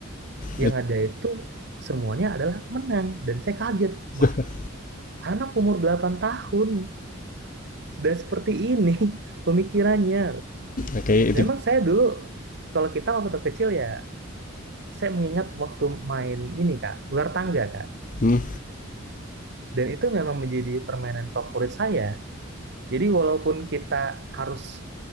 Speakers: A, on the left; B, on the right.
A: Betul.
B: yang ada itu semuanya adalah pemenang dan saya kaget wah
A: <laughs>
B: anak umur 8 tahun sudah seperti ini <laughs> pemikirannya
A: Oke, itu.
B: dan emang saya dulu kalau kita waktu kecil ya saya mengingat waktu main ini kak ular tangga kak
A: Hmm.
B: dan itu memang menjadi permainan favorit saya jadi walaupun kita harus